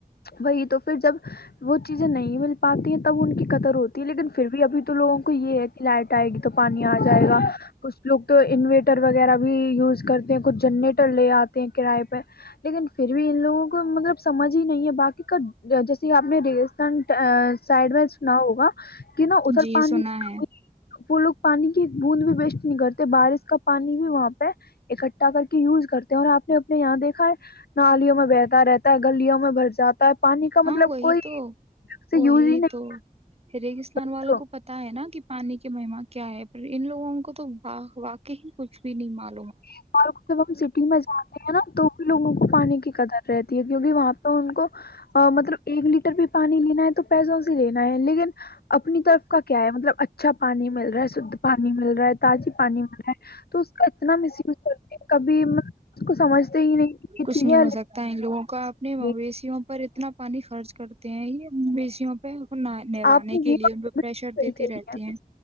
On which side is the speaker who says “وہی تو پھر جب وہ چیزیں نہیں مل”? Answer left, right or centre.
Left